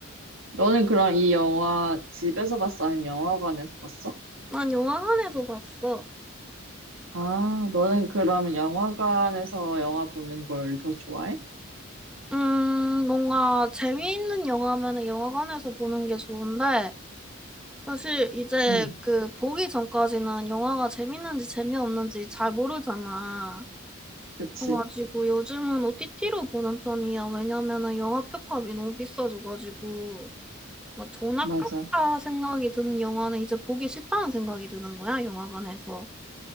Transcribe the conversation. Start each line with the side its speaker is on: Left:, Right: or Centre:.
Right: 너는 그럼 이 영화 집에서 봤어? 아니면 영화관에서 봤어?
Centre: 난 영화관에서 봤어.
Right: 아, 너는 그러면 영화관에서 영화 보는 걸 더 좋아해?
Centre: 음, 뭔가 재미있는 영화면은 영화관에서 보는 게 좋은데 사실 이제
Right: 응,
Centre: 그 보기 전까지는 영화가 재밌는지 재미없는지 잘 모르잖아.
Right: 그치.
Centre: 그래가지고 요즘은 OTT로 보는 편이야. 왜냐면은 영화 표값이 너무 비싸져가지고. 뭐 돈 아깝다
Right: 맞아.
Centre: 생각이 드는 영화는 이제 보기 싫다는 생각이 드는 거야, 영화관에서.